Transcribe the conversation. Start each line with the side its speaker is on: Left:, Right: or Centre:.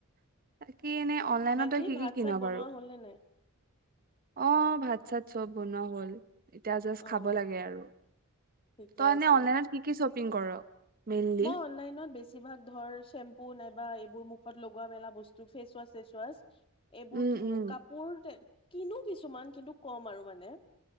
Right: <inaudible> অনলাইনত
Left: বাকী
Right: তই কি
Left: ভাত-চাত
Right: কি কিন
Left: বনোৱা
Right: বাৰু?
Left: হ'ল নে নাই?
Right: অ' ভাত-চাত চব বনোৱা হ'ল। এতিয়া জাষ্ট
Left: অ
Right: খাব লাগে আৰু।
Left: ঠিকে
Right: তই এনে
Left: আছে
Right: অনলাইনত কি কি শ্ব পিং কৰ? মেইনলি?
Left: মই অনলাইনত বেছিভাগ ধৰ চেম্পু নাই বা এইবোৰ মুখত লগোৱা-মেলা বস্তু, ফেচৱাছ-চেচৱাছ এইবোৰ
Right: উম,
Left: কিনো।
Right: উম।
Left: কাপোৰ তে কিনো কিছুমান। কিন্তু কম আৰু মানে।